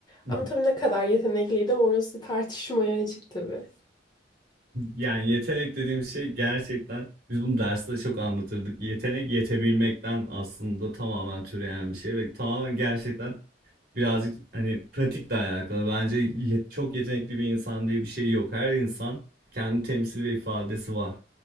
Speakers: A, on the right; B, on the left.
A: <laughs>
B: Ama tabii ne kadar yetenekliydim orası tartışmaya açık tabii.
A: Yani yetenek dediğimiz şey gerçekten biz bunu derste çok anlatırdık. Yetenek yetebilmekten aslında tamamen türeyen bir şey ve tamamen gerçekten birazcık hani pratikle alakalı. Bence ye- çok yetenekli bir insan diye bir şey yok. Her insan kendi temsil ve ifadesi var.